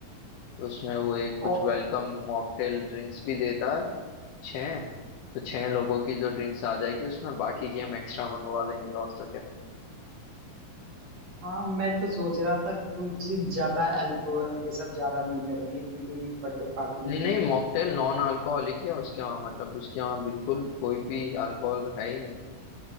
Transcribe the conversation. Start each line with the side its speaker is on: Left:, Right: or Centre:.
Left: तो उसमें वो एक कुछ
Right: और
Left: वेलकम मॉकटेल ड्रिंक्स भी देता है छः तो छः लोगों की जो ड्रिंक्स आ जाएगी उसमें बाकी की हम एक्स्ट्रा मंगवा लेंगे और तो क्या
Right: हाँ मैं तो सोच रहा था कुछ ज्यादा अल्कोहल ये सब ज्यादा नहीं करेंगे क्योंकि बर्थडे पार्टी
Left: नहीं नहीं मॉकटेल नॉन अल्कोहलिक है उसके वहाँ मतलब उसके वहाँ बिल्कुल कोई भी अल्कोहल है ही नहीं